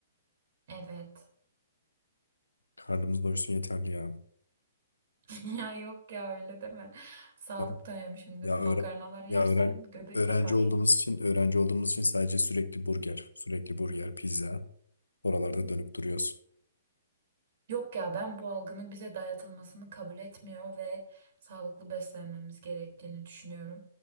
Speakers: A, on the right; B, on the left.
A: Evet.
B: Karnımız doysun yeterli ya.
A: <laughs> Ya yok ya öyle deme. Sağlık
B: Bak,
A: da önemli şimdi.
B: Ya
A: Makarnalar
B: öğren
A: yersen
B: ya öğren
A: göbek
B: öğrenci
A: yapar.
B: olduğumuz için öğrenci olduğumuz için sadece sürekli burger, sürekli burger, pizza oralarda dönüp duruyoruz.
A: Yok ya ben bu algının bize dayatılmasını kabul etmiyor ve sağlıklı beslenmemiz gerektiğini düşünüyorum.